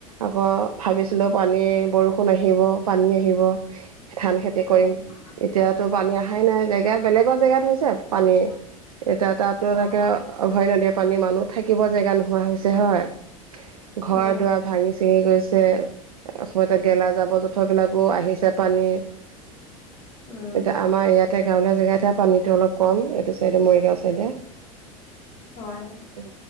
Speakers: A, on the right; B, on the left.
A: আকৌ ভাবিছিলোঁ পানী বৰষুণ আহিব, পানী আহিব। ধান খেতি
B: হয়,
A: কৰিম। এতিয়াতো পানী আহাই নাই। জেগা বেলেগৰ জেগাত হৈছে পানী। এতিয়া তাততো এনেকে
B: অ',
A: অভয় নদীৰ পানী মানুহ থাকিব জেগা নোহোৱা হৈছে হয়। ঘৰ
B: উম,
A: দুৱাৰ ভাঙি চিঙি গৈছে। সমতে গেলা জাবৰ জোঁথৰবিলাকো আহিছে পানী।
B: উম,
A: এতিয়া আমাৰ ইয়াতে গাঁৱলীয়া জেগাতহে পানীটো অলপ কম এইটো চাইডে মৰিগাঁও চাইদে। <unintelligible>
B: হয়
A: উম